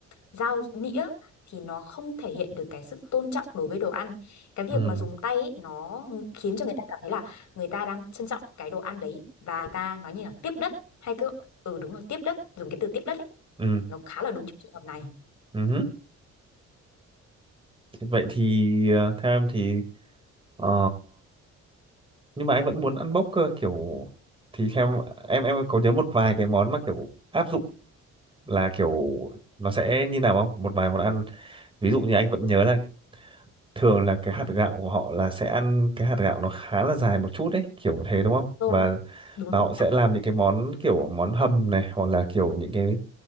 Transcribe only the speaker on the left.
dao nĩa thì nó không thể hiện được cái sự tôn trọng đối với đồ ăn. Cái việc
mà dùng tay ấy, nó khiến cho người ta cảm thấy là người ta đang trân trọng cái đồ ăn đấy và người ta nói như là tiếp đất hay cứ ừ đúng rồi tiếp đất, dùng cái từ tiếp đất ấy,
nó khá là đúng trong trường hợp này.
Rồi,
đúng
rồi
ạ.